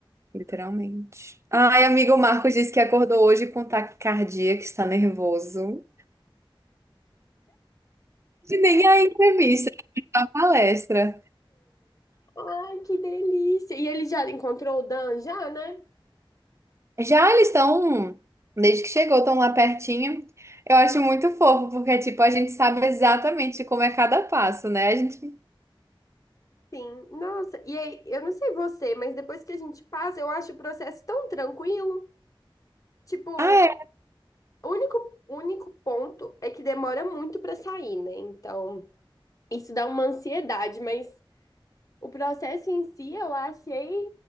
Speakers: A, on the right (about 30°); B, on the left (about 40°).
A: literalmente. Ai, amigo, o Marcos disse que acordou hoje com taquicardia, que está nervoso. E nem a entrevista, a palestra.
B: Ai, que delícia! E ele já encontrou o Dan já, né?
A: Já eles estão, desde que chegou, estão lá pertinho. Eu acho muito fofo, porque, tipo, a gente sabe exatamente como é cada passo, né? A gente.
B: Sim. Nossa, e aí, eu não sei você, mas depois que a gente passa, eu acho o processo tão tranquilo. Tipo,
A: Ah, é
B: o único, o único ponto é que demora muito pra sair, né? Então, isso dá uma ansiedade, mas o processo em si eu achei